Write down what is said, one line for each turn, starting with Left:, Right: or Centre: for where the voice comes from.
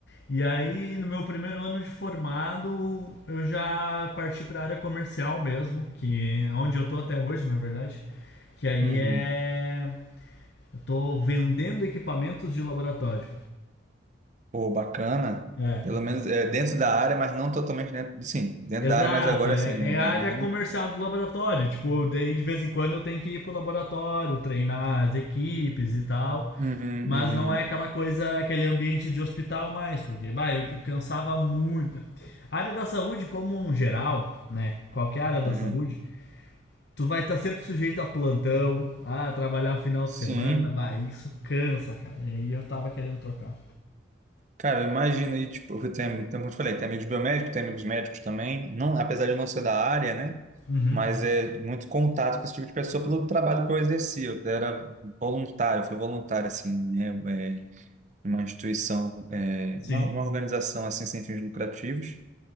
Left: E aí, no meu primeiro ano de formado, eu já parti para a área comercial mesmo, que é onde eu tô até hoje, na verdade. Que aí
Right: uhum.
Left: é. Eu tô vendendo equipamentos de laboratório.
Right: Pô, bacana.
Left: É.
Right: Pelo menos é, dentro da área, mas não totalmente dentro. Sim, dentro
Left: Exato,
Right: da área, mas agora
Left: é,
Right: assim né?
Left: é
Right: Não...
Left: a área comercial do laboratório. Tipo, daí de vez em quando eu tenho que ir pro laboratório, treinar as equipes e tal.
Right: Uhum,
Left: Mas
Right: uhum,
Left: não é aquela coisa, aquele ambiente de hospital mais, porque bah, eu te- cansava muito. A área da saúde, como um geral, né? Qualquer área da
Right: uhum.
Left: saúde, tu vai estar sempre sujeito a plantão, a trabalhar final
Right: Sim.
Left: de semana. Bah, isso cansa, cara. E aí eu tava querendo trocar.
Right: Cara, eu imagino aí, tipo, eu tenho, tem, como eu te falei, tem amigos biomédicos, tem amigos médicos também. Não, apesar de eu não ser da área, né?
Left: Uhum,
Right: Mas é muito contato com esse tipo de pessoa pelo trabalho que eu exerci. Eu era voluntário, eu fui voluntário, assim, né? É, em uma instituição, é,
Left: sim.
Right: uma, uma organização, assim, sem fins lucrativos.